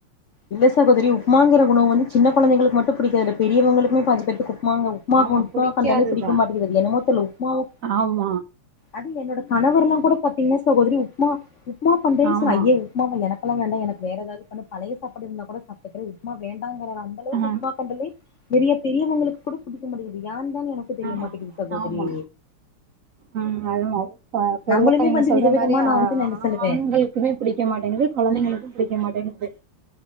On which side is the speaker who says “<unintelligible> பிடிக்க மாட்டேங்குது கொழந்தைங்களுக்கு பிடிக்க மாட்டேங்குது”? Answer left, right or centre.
Right